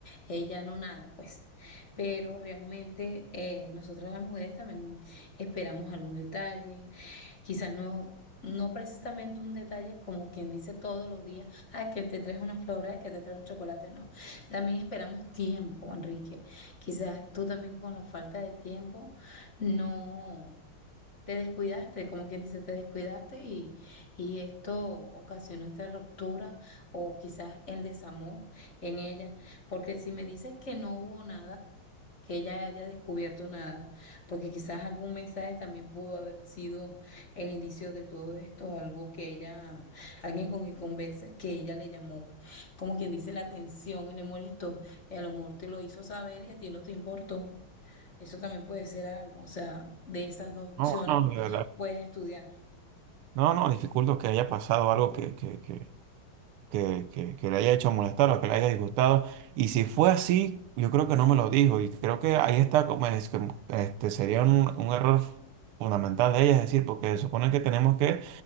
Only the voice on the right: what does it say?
no, no, de verdad.
No, no, dificulto que haya pasado algo que, que, que, que, que, que le haya hecho molestar o que le haya disgustado. Y si fue así, yo creo que no me lo dijo. Y creo que ahí está como es que, este, sería un, un error fundamental de ella, es decir, porque se supone que tenemos que